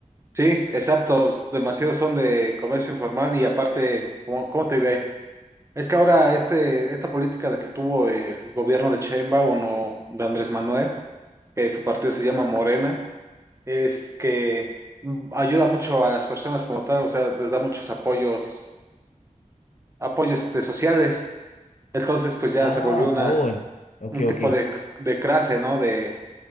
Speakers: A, on the right; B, on the left.
A: Sí, exacto. Demasiados son de comercio informal y aparte, ¿cómo, cómo te ve? Es que ahora este, esta política de que tuvo el gobierno de Sheinbaum o de Andrés Manuel, que su partido se llama Morena, es que mm, ayuda mucho a las personas como tal, o sea, les da muchos apoyos, apoyos este, sociales. Entonces, pues ya
B: Ah,
A: se volvió una,
B: oh, ok,
A: un tipo
B: ok,
A: de, de clase, ¿no? de